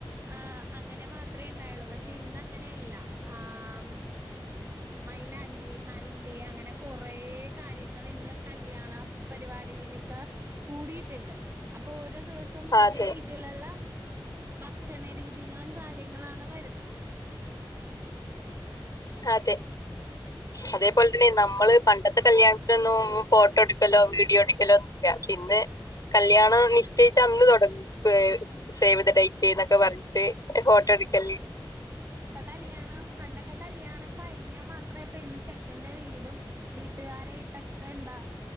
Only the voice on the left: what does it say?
അതെ
അതെ
അതേപോലെ തന്നെ നമ്മള് പണ്ടത്തെ കല്യാണത്തിനൊന്നും ഫോട്ടോ എടുക്കലോ വീഡിയോ എടുക്കലോ ഇല്ല പിന്നെ കല്യാണം നിശ്ചയിച്ച അന്ന് തൊടക്കുവേ സേവ്ത ഡേറ്റ് എന്നൊക്കെ പറഞ്ഞിട്ട് ഒരു ഫോട്ടോ എടുക്കല്